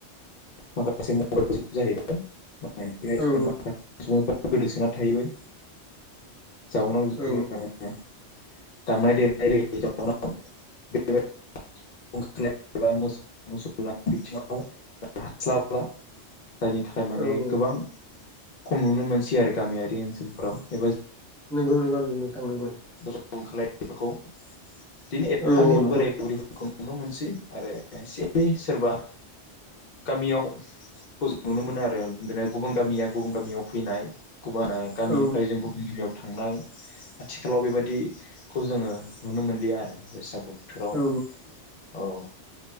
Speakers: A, on the left; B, in the centre.
A: माखासे <unintelligible>
B: औ
A: गोदोसोना थाहैबाय जाउनाव <unintelligible>
B: औ
A: दामनाय देनाय <unintelligible> <unintelligible> बिथिङाव। हास्लाबला जायनि थाखाय माने
B: औ
A: गोबां। खम नुनो मोनसै आरो गामियारि ओनसोलफोराव एबा।
B: नंगौ नंगौ नोंथां नंगौ।
A: लायफोरखौ दि एफानि
B: औ औ नंगौ
A: बोराय बुरैफोरखौ। नुनो मोनसै आरो एसे सोरबा। गामियावखौ जों नुनो मोनो आरो बिनो गुबुन गामिया गुबुन गामियाव फैनाय। गुबान गामिनिफ्राय
B: औ
A: जों गुबुन गामियाव थांनाय। आथिखालाव बेबायदिखौ जोङो नुनो मोनलिया आरो बैसाग। बोथोराव
B: औ
A: औ।